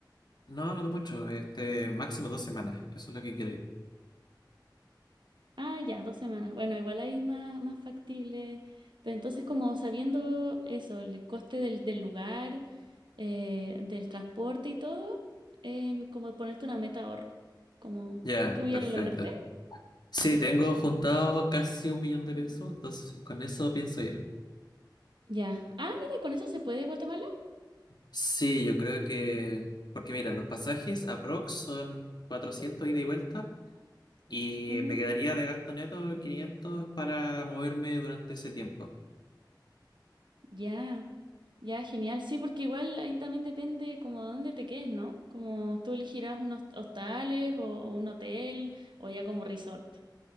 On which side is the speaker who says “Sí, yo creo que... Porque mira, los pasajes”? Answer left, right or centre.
Left